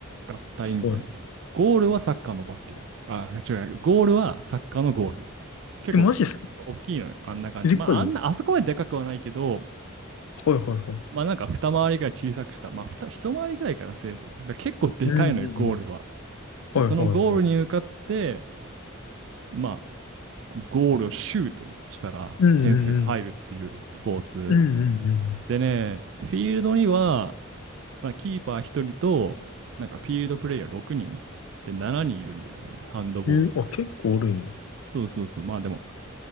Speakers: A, on the right; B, on the left.
A: 合体みたいな感じ。
B: はい。
A: ゴールはサッカーのバスケ。あ、違う、ゴールはサッカーのゴール。結構
B: え、マジっすか
A: 大きいのよ、あんな感じ。
B: でかいは
A: まあ、あんな、あそこまででかくはないけど、
B: いはいはい。
A: まあなんか二回りぐらい小さくした。まあ、二一回りぐらいかな、せいぜい。だから結構でかいのよ、
B: うんうんうん。
A: ゴールは。で、
B: はいはいはい。
A: そのゴールに向かって、まあ、ゴールをシュートしたら点数が入るっていうスポーツ。
B: うんうんうん。うんうんうん。
A: でね、フィールドには、まあ、キーパー1人と、なんかフィールドプレイヤー6人で7人いるんだよね、ハンドボールって。
B: えーあ、結構おるんや。
A: そうそうそう、まあでも、